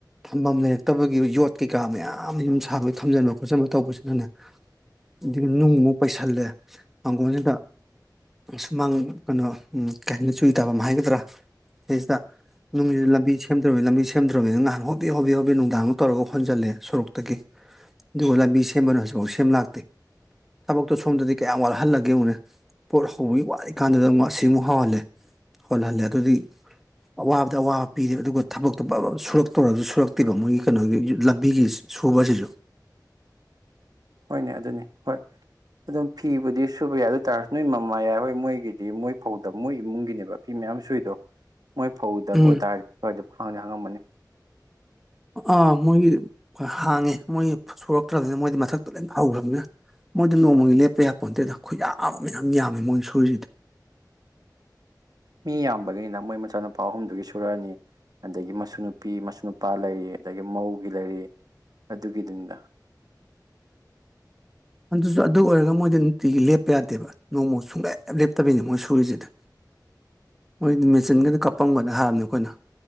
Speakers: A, in the centre; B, on the right.
A: ꯊꯝꯕꯝ ꯂꯩꯔꯛꯇꯕꯒꯤ ꯌꯣꯠ ꯀꯩꯀꯥ ꯃꯌꯥꯝ ꯌꯨꯝ ꯁꯥꯕꯩ ꯊꯝꯖꯟꯕ ꯈꯣꯠꯆꯟꯕ ꯇꯧꯕꯁꯤꯅꯅꯦ ꯑꯗꯒꯤ ꯅꯨꯡꯃꯨꯛ ꯄꯩꯁꯜꯂꯦ ꯃꯥꯡꯒꯣꯜꯁꯤꯗ ꯁꯨꯃꯥꯡ ꯀꯩꯅꯣ ꯀꯩ ꯍꯥꯏꯅ ꯆꯨꯔꯤ ꯇꯥꯕꯝ ꯍꯥꯏꯒꯗ꯭ꯔꯥ ꯁꯤꯗꯩꯩꯁꯤꯗ ꯅꯨꯡꯁꯤ ꯂꯝꯕꯤ ꯁꯦꯝꯗ꯭ꯇꯧꯕꯅꯤ ꯂꯝꯕꯤ ꯁꯦꯝꯗ꯭ꯔꯧꯕꯅꯤ ꯅꯍꯥꯟ ꯍꯣꯕꯦ ꯍꯣꯕꯦ ꯅꯨꯡꯗꯥꯡꯒ ꯇꯧꯔꯒ ꯍꯣꯟꯖꯜꯂꯦ ꯁꯣꯔꯣꯛꯇꯒꯤ ꯑꯗꯨꯒ ꯂꯝꯕꯤ ꯁꯦꯝꯕꯅ ꯍꯧꯖꯤꯛ ꯄꯥꯎ ꯁꯦꯝ ꯂꯥꯛꯇꯦ ꯊꯕꯛꯇꯣ ꯁꯣꯝꯗꯗꯤ ꯀꯌꯥꯝ ꯋꯥꯠꯍꯜꯂꯒꯦ ꯌꯦꯡꯉꯨꯅꯦ ꯄꯣꯠ ꯍꯧꯕꯒꯤ ꯋꯥꯔꯤ ꯀꯥꯟꯗꯨꯗ ꯑꯃꯨꯛ ꯑꯁꯤꯃꯨꯛ ꯍꯧꯍꯜꯂꯦ ꯍꯣꯜꯍꯜꯂꯦ ꯑꯗꯨꯗꯤ ꯑꯋꯥꯕꯗ ꯑꯋꯥꯕ ꯄꯤꯔꯦ ꯑꯗꯨꯒ ꯊꯕꯛꯇꯣ ꯁꯨꯔꯛꯇꯧꯔꯁꯨ ꯁꯨꯔꯛꯇꯦꯕ ꯃꯣꯏꯒꯤ ꯀꯩꯅꯣꯒꯤ ꯂꯝꯕꯤꯒꯤ ꯁꯨꯕꯁꯤꯁꯨ
B: ꯍꯣꯏꯅꯦ ꯑꯗꯨꯅꯤ ꯍꯣꯏ ꯑꯗꯨꯝ ꯐꯤꯕꯨꯗꯤ ꯁꯨꯕ ꯌꯥꯏ ꯑꯗꯨ ꯇꯥꯔꯁꯨ ꯅꯣꯏ ꯃꯃꯥꯌꯥꯏ ꯍꯣꯏ ꯃꯣꯏꯒꯤ ꯃꯣꯏ ꯐꯧꯗꯕ ꯃꯣꯏ ꯏꯃꯨꯡꯒꯤꯅꯦꯕ ꯐꯤ ꯃꯌꯥꯝ ꯁꯨꯏꯗꯣ ꯃꯣꯏ ꯐꯧꯗꯕ
A: ꯎꯝ
B: ꯑꯣꯏꯇꯥꯔꯗꯤ ꯀꯣꯏꯗꯝ ꯍꯪꯗꯤ ꯍꯥꯡꯉꯝꯕꯅꯤ
A: ꯑꯥ ꯃꯣꯏꯒꯤ ꯍꯥꯡꯉꯦ ꯃꯣꯏꯒꯤ ꯁꯣꯔꯛꯇ꯭ꯔꯕꯅꯤꯅ ꯃꯣꯏꯗꯤ ꯃꯊꯛꯇ ꯂꯣꯏ ꯍꯧꯈ꯭ꯔꯕꯅꯤꯅ ꯃꯣꯏꯗ ꯅꯣꯡꯃꯒꯤ ꯂꯦꯞꯄ ꯌꯥꯄꯣꯟꯇꯦꯗ ꯈꯨꯌꯥꯝ ꯃꯌꯥꯝ ꯌꯥꯝꯃꯦ ꯃꯣꯏꯒꯤ ꯁꯨꯔꯤꯁꯤꯗꯤ
B: ꯃꯤ ꯌꯥꯝꯕꯒꯤꯅꯤꯅ ꯃꯣꯏ ꯃꯆꯥꯅꯨꯄꯥ ꯑꯍꯨꯝꯗꯨꯒꯤ ꯁꯨꯔꯛꯑꯅꯤ ꯑꯗꯒꯤ ꯃꯁꯨ ꯅꯨꯄꯤ ꯃꯁꯨ ꯅꯨꯄꯥ ꯂꯩꯔꯤ ꯑꯗꯒꯤ ꯃꯧꯒꯤ ꯂꯩꯔꯤ ꯑꯗꯨꯒꯤꯗꯨꯅꯤꯗ
A: ꯑꯗꯨꯁꯨ ꯑꯗꯨ ꯑꯣꯏꯔꯒ ꯃꯣꯏꯗꯤ ꯅꯨꯡꯇꯤꯒꯤ ꯂꯦꯞꯄ ꯌꯥꯗꯦꯕ ꯅꯣꯡꯕꯨꯡ ꯁꯨꯡꯂꯦꯞ ꯂꯦꯞꯇꯕꯤꯅꯦ ꯃꯣꯏ ꯁꯨꯔꯤꯁꯤꯗ ꯃꯣꯏꯒꯤꯗꯤ ꯃꯦꯆꯤꯟꯒꯟꯅ ꯀꯞꯄꯝꯒꯅ ꯍꯥꯏꯔꯕꯅꯤ ꯑꯩꯈꯣꯏꯅ